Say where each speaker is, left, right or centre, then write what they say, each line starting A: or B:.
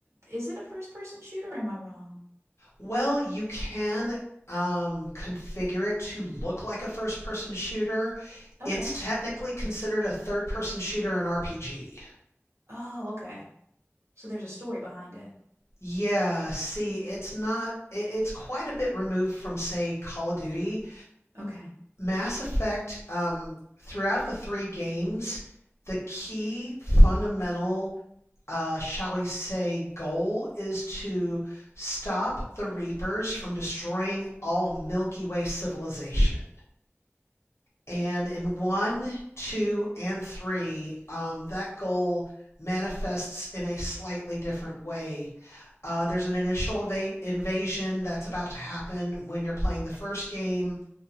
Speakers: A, on the right; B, on the left.
A: is it a first person shooter? Or am I wrong?
B: Well, you can um, configure it to look like a first person shooter.
A: Okay.
B: It's technically considered a third person shooter in RPG.
A: Oh, okay. So there's a story behind it.
B: Yeah, see, it's not, it, it's quite a bit removed from, say, Call of Duty.
A: Okay.
B: Mass Effect, um, throughout the three games, the key fundamental, uh, shall we say, goal is to stop the Reapers from destroying all Milky Way civilization. And in one, two, and three, um, that goal manifests in a slightly different way. Uh, there's an initial va- invasion that's about to happen when you're playing the first game.